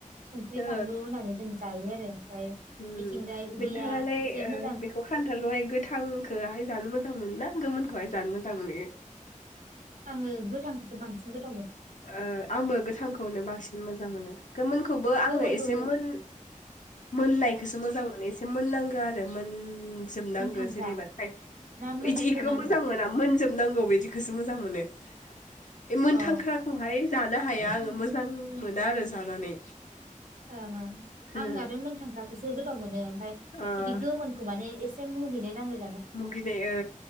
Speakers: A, on the right; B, on the left.
A: संख्रि
B: ओ
A: फानलु होननानै जों जायो आरो ओमफाय
B: उम
A: मिथिंजाय उदैया
B: नोंथाङालाय
A: एसे
B: ओ
A: मो
B: बेखौ खान्थालखौहाय गोथांखौहाय जानो मोजां मोन ना? गोमोनखौहाय जानो मोजां मोनो?
A: ओ गोथांखौसो बांसिन गो
B: ओ आंबो गोथांखौनो बांसिन मोजां मोनो गोमोनखौबो आङो
A: गोमोनखौ
B: एसे मोन मोननायखौसो मोजां मोनो एसे मोननांगौ आरो मोन उम मोनजोबनागौ
A: मोनथांखा
B: जेनेबा
A: ना मोनजोबनांगौ
B: बिदि मोजां मोना मोनजोब नांगौ बिदिखौसो मोजां मोनो बे मोनथांख्रा
A: अ
B: खौहाय जानो हाया
A: ओं
B: आङो मोजां मोना आरो जानानै
A: ओं ओं
B: हो
A: आं आरो मोनथांख्रा खौसो गोथावमोनो ओमफाय
B: ओ
A: बिदि गोमोनखौ माने एस से मुगैनाय नांगो
B: मुगिनाय ओ